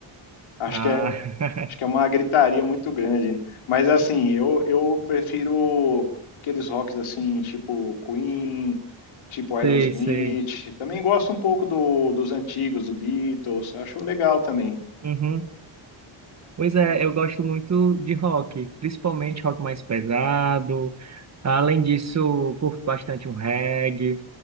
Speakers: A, on the left; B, on the right.
A: Acho
B: Ah,
A: que é, Acho que é uma gritaria muito grande. né? Mas assim, eu, eu prefiro aqueles rocks assim, tipo Queen, tipo Aerosmith.
B: <laughs> sei, sei.
A: Também gosto um pouco do, dos antigos, do Beatles. Acho legal também.
B: Uhum. Pois é,
A: E-
B: eu gosto muito de rock, principalmente rock mais pesado. Além disso, curto bastante um reggae.